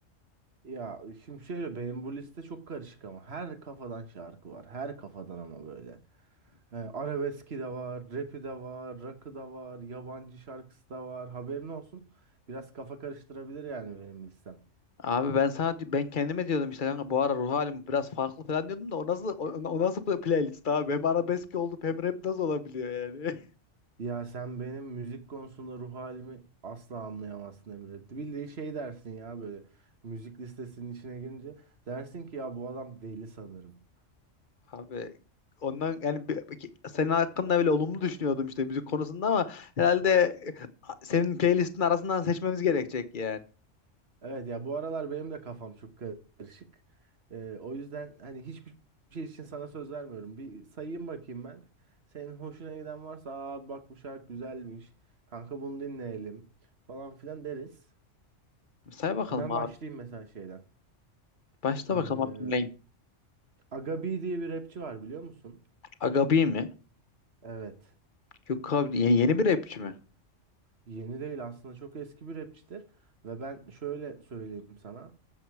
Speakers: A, on the right; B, on the left.
A: Ya şimdi şöyle benim bu liste çok karışık ama her kafadan şarkı var. Her kafadan ama böyle. He, arabeski de var, rapi de var, rock'ı da var, yabancı şarkısı da var. Haberin olsun. Biraz kafa karıştırabilir yani benim listem.
B: Abi ben sana di- ben kendime diyordum işte kanka bu ara ruh halim biraz farklı falan diyordum da o nasıl o, o nasıl pl- playlist abi hem arabesk oldu hem rap nasıl olabiliyor yani?
A: Ya sen benim müzik konusunda ruh halimi asla anlayamazsın Emre. Bildiği şey dersin ya böyle. Müzik listesinin içine girince dersin ki ya bu adam deli sanırım.
B: <laughs> Abi ondan yani bi- ki- senin hakkında bile olumlu düşünüyordum işte müzik konusunda ama herhalde e, a- senin playlistin arasından seçmemiz gerekecek yani.
A: Evet ya bu aralar benim de kafam çok karışık. Ee, o yüzden hani hiçbir şey için sana söz vermiyorum. Bir sayayım bakayım ben. Senin hoşuna giden varsa aa bak bu şarkı güzelmiş. Kanka bunu dinleyelim falan filan deriz.
B: Say bakalım
A: Ben
B: abi.
A: başlayayım mesela şeyden.
B: Başla
A: Ee,
B: bakalım abi dinleyeyim.
A: Aga B diye bir rapçi var biliyor musun?
B: Agabi mi?
A: Evet.
B: Yok abi yeni, yeni bir rapçi mi?
A: Yeni değil aslında çok eski bir rapçidir. Ve ben şöyle söyleyeyim sana.